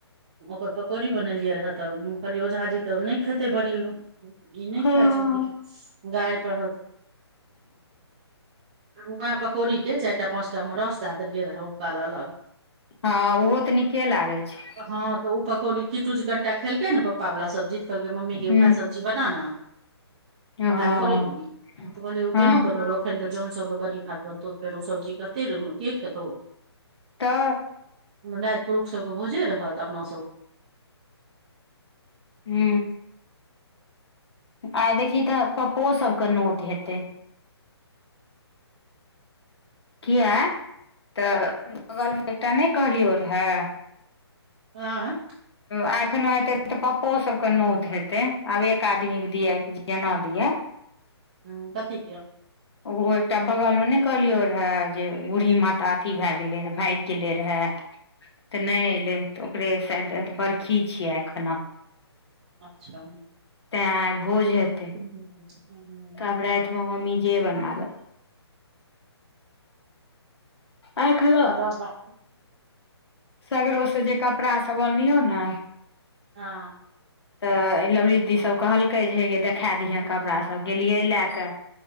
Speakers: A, on the right; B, on the left.
A: ओकर पकौड़ी बनेलियै रहे तऽ कहलियै ओझा जी तऽ नहि खेते बड़ी ई नहि
B: हँ
A: खाइ छथिन गाड़ि पर वएह पकौड़ी के चारि टा पाँचटा मे रस दए देलियै रहऽ हुनका ल अलग
B: हँ ओहो तऽ नीके लागैत छै
A: हँ तऽ ओ पकौड़ी किटुज कनिटा खेलकै ने पप्पा वला सब्जी तऽ कहलकै मम्मी के
B: हूँ
A: उएह सब्जी बनाना
B: हँ
A: आइ भरे ल त कह ओ
B: हँ
A: केना बन ओनि त जन सो बड़ी भात बनतो फेरो ओ सब्जी कते के खेतौ
B: तऽ
A: ना पुरुष सब के भोजे रहत अपना सब
B: हू आइ देखी तऽ पप्पो सब केँ नोत हेते कियै तऽ बगलमे एकटा नहि कहलियौ रहए
A: आँ
B: एखनो एतै तऽ पप्पो सबके नोत हेतै आब एक आदमीके दियएके केना दिअ
A: ह कथी केँ
B: ओ एकटा बगल में ने कहलियो रहे जे बूढ़ी माता अथी भय लेरे भाग गेले रहे तऽ नहि एले त ओकरे सा त बड़खी छियै अखना
A: अच्छा
B: तें आइ भोज हेतै
A: ह्म
B: आब राति तऽ मम्मी जे बनाबे आइ खेलो
A: बुरा बर
B: सगरो सँ जे कपड़ा सभ बनलियौ ने
A: हँ
B: तऽ ई लवरीदी सब कहलकै जे हे ग देख खा दिहे
A: हूँ
B: कपड़ासभ गेलियै लए कऽ